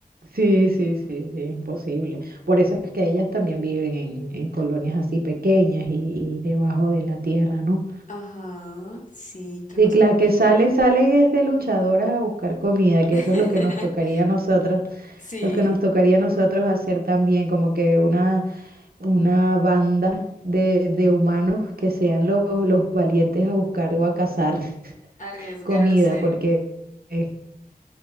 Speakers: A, on the right; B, on the left.
A: Sí, sí, sí, sí, es imposible. Por eso es que ellas también viven en, en colonias así pequeñas y, y debajo de la tierra, ¿no?
B: Ajá, sí, ¿qué
A: Y
B: más podría?
A: las que salen, salen es de luchadoras a buscar comida, que
B: <laughs>
A: eso es lo que nos tocaría a nosotras,
B: Sí,
A: lo que nos tocaría a nosotros hacer también, como que una, una banda de, de humanos que sean los, los valientes a buscar o a cazar <laughs>
B: arriesgarse.
A: comida, porque... eh,